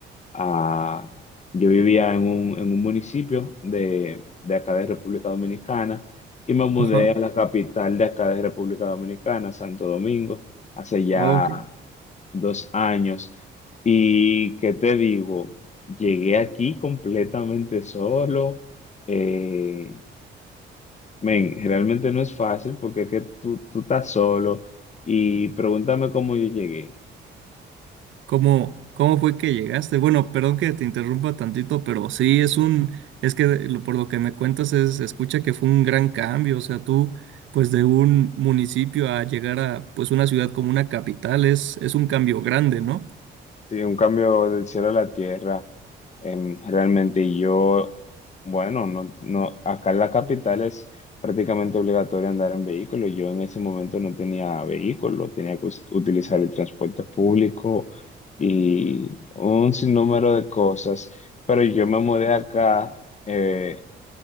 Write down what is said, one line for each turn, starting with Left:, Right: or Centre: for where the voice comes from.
Left: Ah, yo vivía en un, en un municipio de, de acá de República Dominicana y me mudé
Right: Ajá,
Left: a la capital de acá de República Dominicana, Santo Domingo, hace ya
Right: ok.
Left: dos años. Y qué te digo, llegué aquí completamente solo. eh, men, realmente no es fácil porque es que tú, tú estás solo y pregúntame cómo yo llegué.
Right: ¿Cómo, cómo fue que llegaste? Bueno, perdón que te interrumpa tantito, pero sí es un, es que de- lo- por lo que me cuentas es, se escucha que fue un gran cambio, o sea, tú, pues de un municipio a llegar a, pues una ciudad como una capital es, es un cambio grande, ¿no?
Left: Sí, un cambio del cielo a la tierra, em, realmente. Y yo, bueno, no, no, acá en la capital es prácticamente obligatorio andar en vehículo. Yo en ese momento no tenía vehículo, tenía que us- utilizar el transporte público y un sinnúmero de cosas. Pero yo me mudé acá, eh,